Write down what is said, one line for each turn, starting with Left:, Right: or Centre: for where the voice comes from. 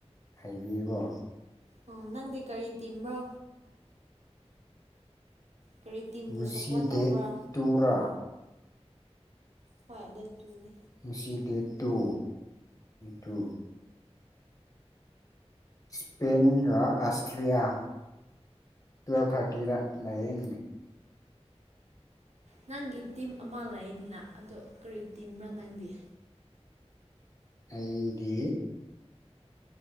Left: ꯍꯥꯏꯕꯤꯌꯨꯀꯣ
Right: ꯑꯣ ꯅꯪꯗꯤ ꯀꯔꯤ ꯇꯤꯝꯔꯣ ꯀꯔꯤ ꯇꯤꯝꯕꯨ
Left: ꯉꯁꯤ
Right: ꯁꯞꯄꯣꯔꯠ ꯇꯧꯕ꯭ꯔꯥ
Left: ꯗꯦꯠ ꯇꯨꯔꯥ
Right: ꯍꯣꯏ ꯗ ꯇꯨꯅꯦ
Left: ꯉꯁꯤꯗ ꯇꯨ ꯇꯨ ꯏꯁꯄꯦꯟ ꯔ ꯑꯁꯇ꯭ꯔꯤꯂꯤꯌꯥ ꯇꯨꯋꯦꯜꯕ ꯊꯥꯔꯇꯤꯗ ꯂꯩ
Right: ꯅꯪꯒꯤ ꯇꯤꯝ ꯑꯃꯥ ꯂꯩꯗꯅ ꯑꯗꯣ ꯀꯔꯤ ꯇꯤꯝꯔ ꯅꯪꯗꯤ
Left: ꯑꯩꯗꯤ